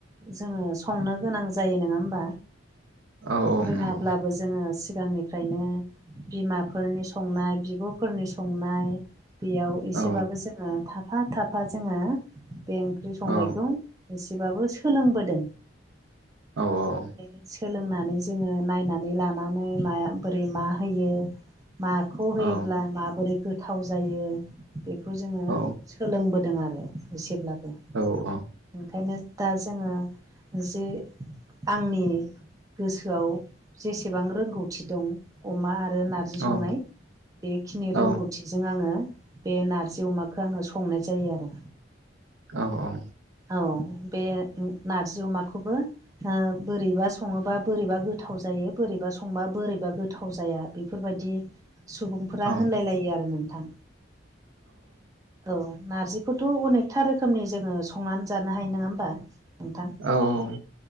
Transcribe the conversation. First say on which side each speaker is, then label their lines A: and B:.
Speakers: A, on the right; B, on the right.
A: जोङो संनो गोनां जायो नङा होमबा
B: औ औ
A: रोङाब्ला
B: नंगौ
A: जोंडों सिगांनिफ्रयनो बिमानि संनाय बिबफोरनि फोरनि संनाय बेयाव एसेबाबो
B: औ
A: जोङो थाफा थाफा जोङो बे ओंख्रि संनायखौ
B: औ
A: एसेबाबो सोलोंबोदों
B: औ औ
A: ओमफ्राय सोलोंनानै जोङो नायनानै लानानै मा बोरै मा होयो। माखौ होयोब्ला
B: औ
A: माबोरै गोथाव जायो बेखौ जोङो
B: औ
A: सोलोंबोदों आरो एसेब्लाबो
B: औ औ
A: ओंखायनो दा जोङो जे आंनि गोसोआव जेसेबां रोंगौथि दं अमा आरो नारजि संनाय
B: औ
A: बेखिनि रोंगौथिजों
B: औ
A: आङो बे नारजि अमाखौ आङो संनाय जायो आरो।
B: औ औ।
A: औ बे नारजि अमाखौबो। बोरैबा सङोबा बोरैबा गोथाव जायो बोरैबा संबा बोरैबा गोथाव जाया आरो। बेफोरबायदि सुबुंफोरा
B: औ
A: होनलायलायो आरो नोंथां औ नार्जिखौथ' अनेखथा रोखोमनि जोङो संनानै जानो हायो नङा होमबा। नोंथां
B: औ